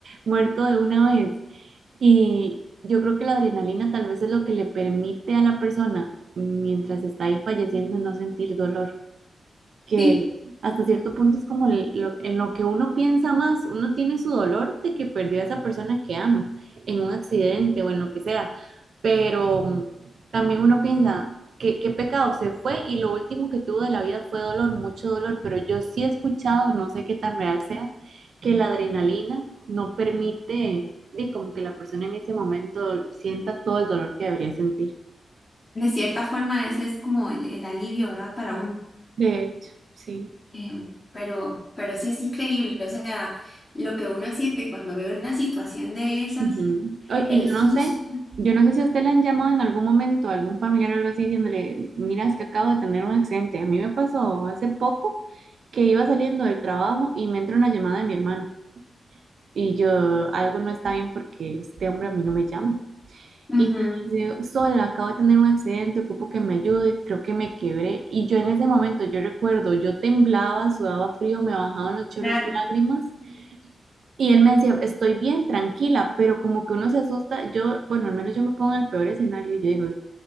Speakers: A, on the right; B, on the left.
A: muerto de una vez. Y yo creo que la adrenalina tal vez es lo que le permite a la persona, mientras está ahí falleciendo, no sentir dolor que
B: Sí,
A: hasta cierto punto es como el- lo- en lo que uno piensa más, uno tiene su dolor de que perdió a esa persona que ama en un accidente o en lo que sea, pero mm, también uno piensa que qué pecado se fue y lo último que tuvo de la vida fue dolor, mucho dolor, pero yo sí he escuchado, no sé qué tan real sea, que la adrenalina no permite, y como que la persona en ese momento sienta todo el dolor que debería sentir.
B: de cierta forma ese es como el, el alivio, ¿verdad? Para uno.
A: De hecho, sí.
B: Em, pero, pero sí es increíble, o sea, lo que uno siente cuando ve una situación de esas,
A: Ujú. Ay,
B: el
A: Y yo
B: susto.
A: no sé, yo no sé si a usted le han llamado en algún momento, algún familiar o algo así, diciéndole, mira, es que acabo de tener un accidente. A mí me pasó hace poco que iba saliendo del trabajo y me entra una llamada de mi hermano. Y yo, algo no está bien porque este hombre a mí no me llama.
B: Ujú,
A: Y me dice, Sol, acabo de tener un accidente, ocupo que me ayude, creo que me quebré. Y yo en ese momento, yo recuerdo, yo temblaba, sudaba frío, me bajaban los chorros
B: claro.
A: de lágrimas y él me decía, estoy bien, tranquila, pero como que uno se asusta, yo, bueno, al menos yo me pongo en el peor escenario, yo digo,